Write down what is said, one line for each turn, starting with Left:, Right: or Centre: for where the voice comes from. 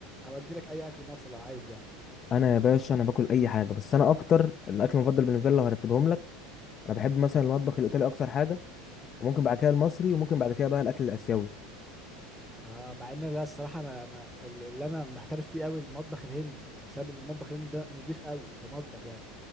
Centre: اودي لك اي اكل مصري لو عايز يعني
Left: انا يا باشا انا باكل اي حاجه بس انا اكتر الاكل المفضل بالنسبه لي لو هرتبهم لك انا بحب مثلا المطبخ الايطالي اكتر حاجه وممكن بعد كده المصري وممكن بعد كده بقى الاكل الاسيوي
Centre: اه مع ان لا الصراحه انا انا ال- اللي انا محترف فيه قوي المطبخ الهندي بسبب ان المطبخ الهندي ده نضيف قوي كمطبخ يعني